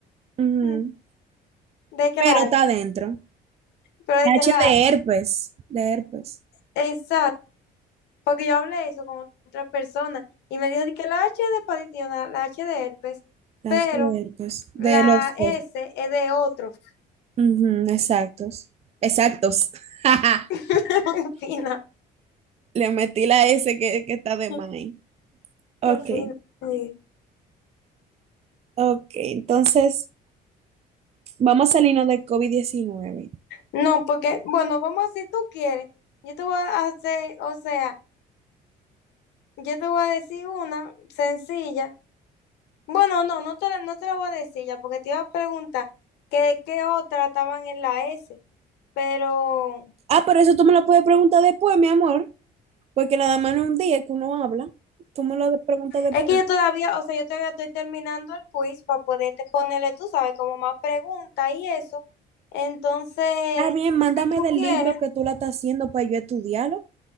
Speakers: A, on the right; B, on the left.
A: Ujú.
B: Ujú. ¿De que
A: Pero
B: la
A: está
B: H?
A: adentro.
B: Pero de
A: La
B: que
A: H
B: la
A: de
B: H.
A: herpes. De herpes.
B: Exacto. Porque yo hablé eso con otra persona y me dijo de que la H es de hepatitis, neonatal, la H de herpes,
A: La
B: pero
A: H de herpes. De
B: la
A: los
B: S
A: dos.
B: es de otro.
A: Ujú, exactos. Exactos. <laughs>
B: <laughs> En fin,
A: Le metí la S que, que está de
B: no.
A: más ahí. Ok,
B: Qué fino. sí.
A: ok. Entonces, vamos a salirnos de covid diecinueve.
B: No, porque, bueno, vamos a si tú quieres. Yo te voy a hacer, o sea, yo te voy a decir una sencilla. Bueno, no, no te la, no te la voy a decir ya, porque te iba a preguntar que qué otra estaban en la S. Pero
A: Ah, pero eso tú me lo puedes preguntar después, mi amor, porque nada más no es un día que uno habla. Tú me lo de- preguntas después.
B: es que yo todavía, o sea, yo todavía estoy terminando el quiz para poderte ponerle, tú sabes, como más preguntas y eso. Entonces,
A: Está bien, mándame
B: si tú
A: del
B: quieres,
A: libro que tú la estás haciendo para yo estudiarlo.